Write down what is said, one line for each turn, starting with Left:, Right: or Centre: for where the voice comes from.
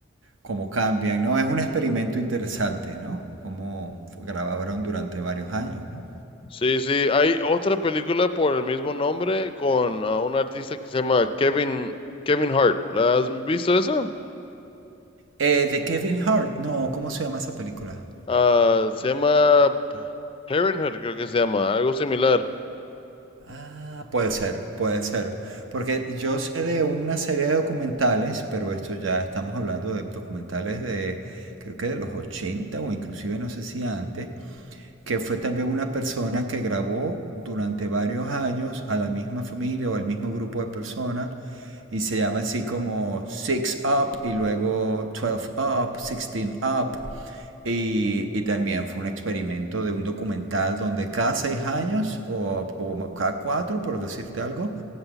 Right: cómo cambian, ¿no? Es un experimento interesante, ¿no? Cómo grabaron durante varios años, ¿no?
Left: Sí, sí, hay otra película por el mismo nombre con ah, un artista que se llama Kevin, Kevin Hart. ¿La has visto esa?
Right: Eh, de Kevin Hart, no, ¿cómo se llama esa película?
Left: Ah, se llama Parenthood, creo que se llama, algo similar.
Right: Ah, puede ser, puede ser. Porque yo sé de una serie de documentales, pero esto ya estamos hablando de documentales de, creo que de los 80 o inclusive no sé si antes, que fue también una persona que grabó durante varios años a la misma familia o al mismo grupo de personas y se llama así como Six Up y luego twelve Up, sixteen Up. Y, y también fue un experimento de un documental donde cada seis años o, o cada cuatro, por decirte algo,